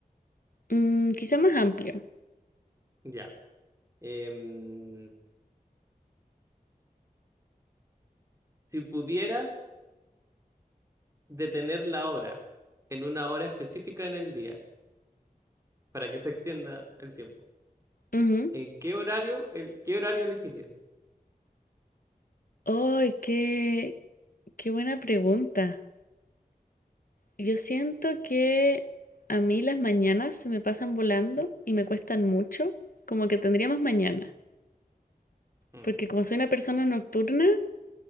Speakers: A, on the left; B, on the right.
A: Mm, quizá más amplio.
B: Ya. Em, Si pudieras detener la hora en una hora específica en el día para que se extienda el tiempo,
A: Ujú.
B: ¿en qué horario, el- qué horario elegirías?
A: Ay, qué, qué buena pregunta. Yo siento que a mí las mañanas se me pasan volando y me cuestan mucho, como que tendría más mañana.
B: Mm,
A: porque como soy una persona nocturna,